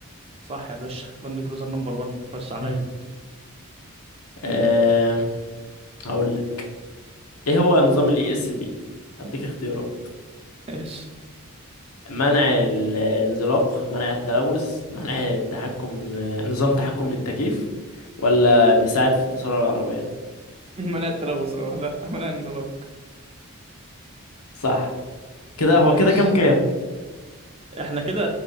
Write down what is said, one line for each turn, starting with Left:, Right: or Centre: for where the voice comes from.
Right: صح يا باشا لاند كروزر نمبر 1 خش
Left: <laughs>
Right: عليا
Left: آه هقول لك ايه هو نظام الاي اس بي اديك اختيارات
Right: <laughs> ماشي
Left: منع ال- الانزلاق منع التلوث منع التحكم نظام تحكم بالتكييف ولا بيساعد في التسارع العربية
Right: منع التلوث اه لا منع الانزلاق
Left: صح كده هو
Right: ماشي
Left: كده كام كام
Right: احنا كده